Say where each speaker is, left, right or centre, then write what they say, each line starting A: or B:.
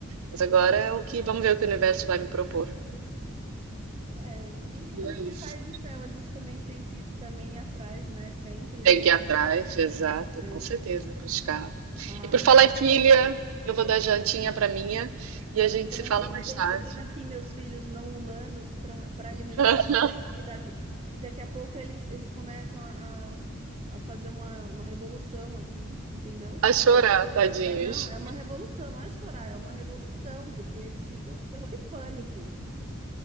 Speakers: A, on the right; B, on the right.
A: Mas agora é o que, vamos ver o que o universo vai me propor.
B: É, mas
A: E
B: também
A: é
B: não
A: isso.
B: cai do céu, a gente também tem que também ir atrás, né? Sempre.
A: Tem
B: Então,
A: que ir atrás, exato,
B: é,
A: com certeza, buscar.
B: a-
A: E por falar em filha, eu vou dar jantinha pra minha e
B: olha,
A: a gente
B: também
A: se fala
B: tem,
A: mais
B: eu tenho,
A: tarde.
B: eu tenho aqui meus filhos não humanos para para alimentar
A: <laughs>
B: também. E daqui, se daqui a pouco eles, eles começam a, a a fazer uma, uma revolução aqui, entendeu?
A: A chorar, tadinhos.
B: É, não, é uma revolução, não é chorar, é uma revolução, porque eles ficam com terror e pânico.